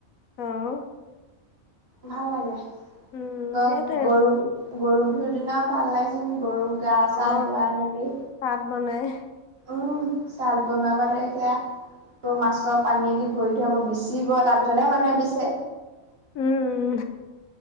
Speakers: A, on the left; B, on the right.
A: অ
B: ভাল লাগে
A: উম
B: তই
A: সেইটোৱে
B: গৰু বি গৰু বিহুৰ দিনাও ভাল লাগে চোন গৰুক গা চা
A: অ
B: ধুৱাই মেলি
A: ভাত বনাই
B: উম চাহ বনাবা দেই সেয়া ত মাছৰ পানীয়েদি ভৰি থৰাব বিচিব তাৰ পিছতহে মানুহে বিছে।
A: উম